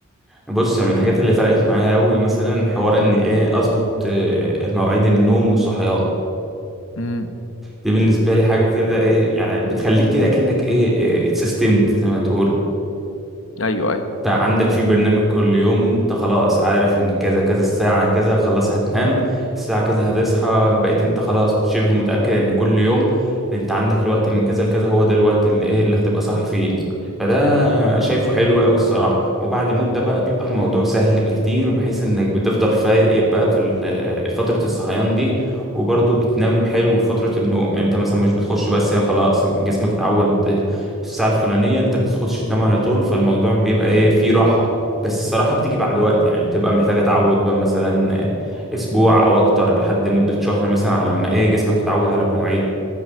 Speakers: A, in the centre; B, on the left.
A: بص من الحاجات اللي فرقت معايا قوي مثلا حوار ان ايه اظبط آه، مواعيد النوم والصحيان
B: امم
A: دي بالنسبة لي حاجة كده ايه يعني بتخليك كده اكنك ايه آه، اتسيستمت زي ما تقول
B: ايوه ايوه
A: بقى عندك في برنامج كل يوم انت خلاص عارف ان كذا كذا الساعة كذا خلاص هتنام الساعة كذا هتصحى بقيت انت خلاص شبه متأكد ان كل يوم انت عندك الوقت من كذا لكذا هو ده الوقت اللي ايه اللي هتبقى صاحي فيه فده شايفه حلو قوي الصراحة وبعد مدة بقى بيبقى الموضوع سهل بكتير بحيث انك بتفضل فايق بقى في ال- آه، فترة الصحيان دي وبرضه بتنام حلو في فترة النوم يعني انت مثلا مش بتخش بس خلاص جسمك اتعود في الساعة الفلانية انت بتخش تنام على طول فالموضوع بيبقى ايه فيه راحة بس الصراحة بتيجي بعد وقت يعني بتبقى محتاجة تعود بقى مثلا اسبوع او اكتر لحد مدة شهر مثلا على ما ايه جسمك يتعود على المواعيد